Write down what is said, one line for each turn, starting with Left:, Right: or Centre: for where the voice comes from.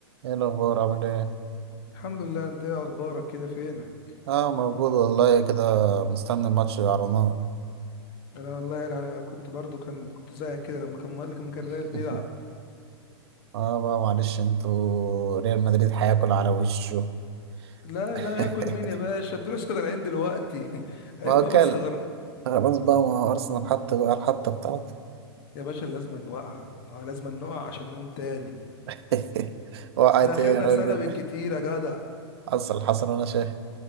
Right: ايه الاخبار عامل ايه
Left: الحمد لله انت ايه اخبارك كده فينك
Right: اه موجود والله كده مستني الماتش على نار
Left: انا والله يعني انا كنت برضو كان كنت زيك كده لما كان لما كان الريال
Right: <laughs>
Left: بيلعب
Right: اه بقى معلش انتوا ريال مدريد هياكل على وشه
Left: لا
Right: <laughs>
Left: لا ياكل مين يا باشا انتوا لسه طالعين دلوقتي <laughs> عيب
Right: ما هو
Left: بقى
Right: كل
Left: ما تصغرنا
Right: خلاص بقى ما هو ارسنال حط بقى الحطه بتاعته
Left: يا باشا لازم نوقع آه، لازم نقع عشان نقوم تاني
Right: <laughs> وقعت
Left: احنا اخرنا
Right: ايه يا راجل
Left: سنه بالكتير يا جدع
Right: حصل حصل وانا شايف